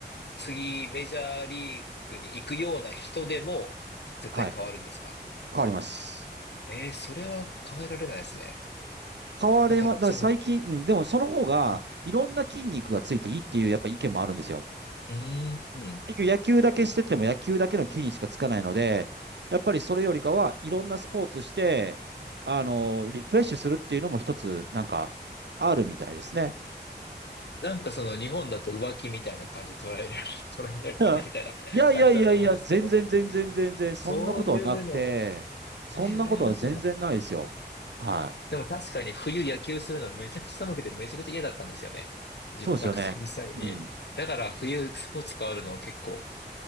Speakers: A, on the left; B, on the right.
A: 次メジャーリーグに行くような人でも絶対変わるんですか
B: はい。変わります。
A: ええーそれは考えられないですね。
B: 変われま、
A: なんか、
B: だから最近、
A: その、
B: うん、でもその方が、
A: うん。
B: いろんな筋肉がついていいっていう、やっぱ意見もあるんですよ。
A: うーん。
B: 結局野球だけしてても野球だけの木にしかつかないので、やっぱりそれよりかはいろんなスポーツして、あの、リフレッシュするっていうのも一つなんかあるみたいですね。
A: なんかその日本だと浮気みたいな感じで捉えられる、<laughs> 捉えられるかなみたいな
B: だからいやいやいやいや、
A: <laughs> 感じだと思うんですけど、
B: 全然全然全然、
A: そういうの、
B: そんなことはなくて、そんなことは全然ないですよ。
A: えー、羨ましいな。
B: はい。
A: でも確かに冬野球するのめちゃくちゃ寒くてめちゃくちゃ嫌だったんですよね。自分学生時代に。
B: そうですよね。うん。
A: だから冬スポーツ変わるの結構